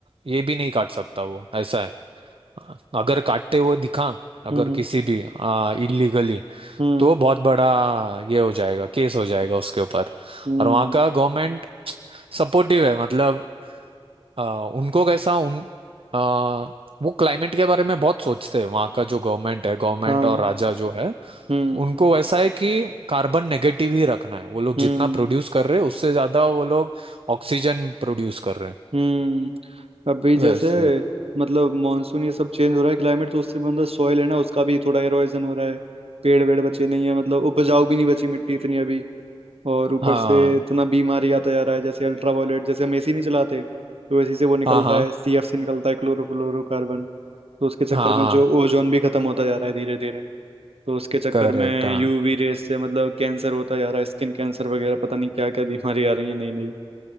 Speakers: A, on the right; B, on the right.
A: ये भी नहीं काट सकता वो ऐसा है अगर काटते हुए दिखा अगर
B: हम्म
A: किसी भी आ, इलीगली
B: हम्म
A: तो बहुत बड़ा ये हो जाएगा केस हो जाएगा
B: हम्म
A: उसके ऊपर
B: हम्म,
A: और वहाँ का गवर्नमेंट सपोर्टिव है मतलब आ, उनको कैसा उन आ, वो क्लाइमेट के बारे में बहुत सोचते हैं वहाँ का जो गवर्नमेंट है गवर्नमेंट
B: हाँ
A: और राजा जो है
B: हम्म
A: उनको वैसा है कि कार्बन नेगेटिव ही रखना है वो लोग जितना
B: हम्म
A: प्रोड्यूस कर रहे हैं उससे ज्यादा वो लोग ऑक्सीजन प्रोड्यूस कर रहे हैं
B: हम्म अभी
A: वैसे
B: जैसे मतलब मानसून ये सब चेंज हो रहा है क्लाइमेट तो उससे मतलब सॉइल है ना उसका भी थोड़ा एरोजन हो रहा है पेड़ वेड़ बचे नहीं है मतलब उपजाऊ भी नहीं बची मिट्टी इतनी अभी और ऊपर
A: हाँ
B: से इतना बीमारी आता जा रहा है जैसे अल्ट्रा वायलेट जैसे हम एसी नहीं चलाते तो एसी से वो निकलता
A: हाँ हाँ
B: है सीएफसी निकलता है क्लोरोफ्लोरोकार्बन तो उसके चक्कर
A: हाँ
B: में
A: हाँ
B: जो ओजोन भी खत्म होता जा रहा है धीरे धीरे तो उसके चक्कर
A: करेक्ट
B: में
A: हाँ
B: यूवी रेस से मतलब कैंसर होता जा रहा है स्किन कैंसर वगैरह पता नहीं क्या क्या बीमारी आ रही है नई नई